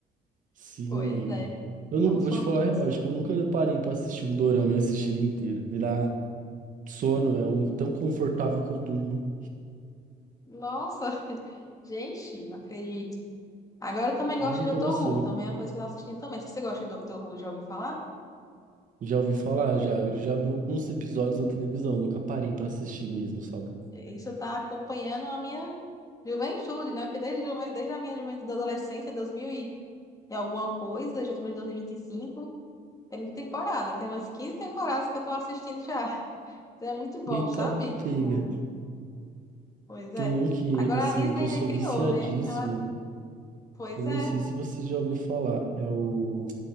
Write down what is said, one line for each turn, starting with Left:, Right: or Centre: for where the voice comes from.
Right: Sim.
Left: Pois é,
Right: Eu não
Left: somos
Right: vou
Left: fofinhos.
Right: te falar, a real, acho que eu nunca parei pra assistir um dorama e assistir ele inteiro. Me dá sono, é um tão confortável que eu durmo.
Left: Nossa, gente, não acredito. Agora eu também
Right: Juro
Left: gosto de Doctor
Right: pra você.
Left: Who, também é uma coisa que eu tô assistindo também. Se você gosta de Doctor Who, já ouviu falar?
Right: Já ouvi falar, já, já vi alguns episódios na televisão, nunca parei pra assistir mesmo, sabe?
Left: Isso tá acompanhando a minha juventude, né? Porque desde, juven- desde a minha juventude da adolescência, 2000 e e alguma coisa, já estamos em 2025, tem muita temporada, tem umas 15 temporadas que eu tô assistindo já. Então é muito bom,
Right: Eita,
Left: sabe? Tipo,
Right: pega.
Left: pois é.
Right: Tem um que,
Left: Agora
Right: assim,
Left: a Disney
Right: que eu
Left: recriou,
Right: sou viciadíssimo.
Left: né? Ela, pois
Right: Eu não
Left: é.
Right: sei se você já ouviu falar, é o